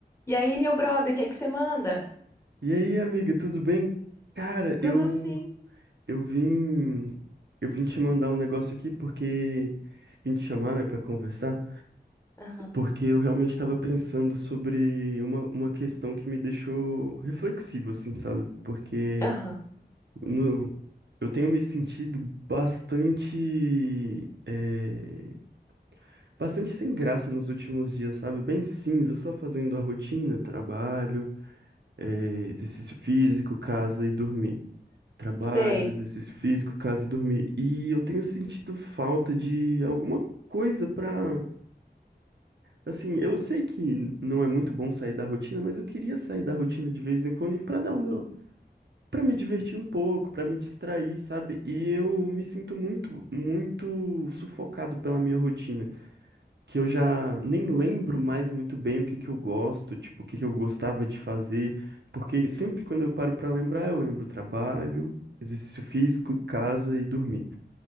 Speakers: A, on the left; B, on the right.
A: E aí, meu brother, o que é que você manda?
B: E aí, amiga, tudo bem? Cara,
A: Tudo
B: eu
A: assim.
B: eu vim eu vim te mandar um negócio aqui porque vim te chamar, né, para conversar,
A: Aham,
B: porque eu realmente estava pensando sobre uma, uma questão que me deixou reflexivo, assim, sabe? Porque
A: aham,
B: no, eu tenho me sentido bastante eh, bastante sem graça nos últimos dias, sabe? Bem cinza, só fazendo a rotina, trabalho, eh, exercício físico, casa e dormir. Trabalho,
A: sei.
B: exercício físico, casa, dormir. E eu tenho sentido falta de alguma coisa pra. Assim, eu sei que não é muito bom sair da rotina, mas eu queria sair da rotina de vez em quando pra dar o meu, para me divertir um pouco, pra me distrair, sabe? E eu me sinto muito, muito sufocado pela minha rotina que eu já nem lembro mais muito bem o que que eu gosto, tipo, o que que eu gostava de fazer, porque sempre quando eu paro pra lembrar, eu lembro trabalho, exercício físico, casa e dormir.